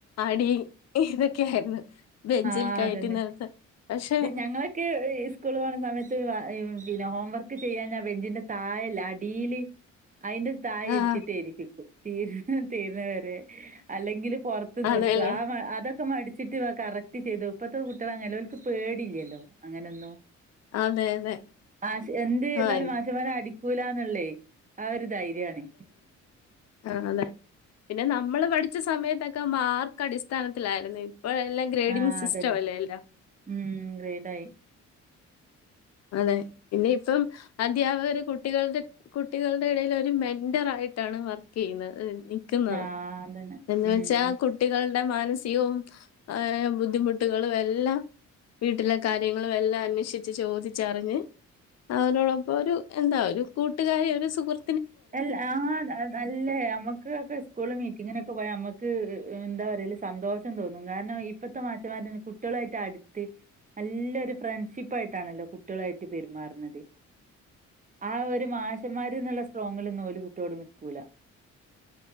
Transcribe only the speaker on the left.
അടി ഇതൊക്കെയായിരുന്നു ബെഞ്ചിൽ
കയറ്റി
നിർത്ത പക്ഷെ
ആഹ്
അതെല്ലേ
അതെ അതെ
ആഹ്
ആ അതെ പിന്നെ നമ്മള് പഠിച്ച സമയത്തൊക്കെ മാർക്ക് അടിസ്ഥാനത്തിലായിരുന്നു ഇ ഇപ്പോ എല്ലാം ഗ്രേഡിങ്
സിസ്റ്റം
അല്ലേ എല്ലാം
അതെ പിന്നെ ഇപ്പം അധ്യാപകര് കുട്ടികളുടെ കുട്ടികളുടെ എടയില് ഒരു മെന്റർ ആയിട്ടാണ് വർക്ക് ചെയ്യുന്നത്. നിക്കുന്നത്.
എന്ന് വച്ചാ
ആ കുട്ടികൾ മാനസികവും ബുദ്ധിമുട്ടുകളും എല്ലാം വീട്ടിലെ കാര്യങ്ങളും എല്ലാം അന്വേഷിച്ച് ചോദിച്ചറിഞ്ഞ് അവരോടൊപ്പം ഒരു എന്താ ഒരു കൂട്ടുകാരി ഒരു സുഹൃ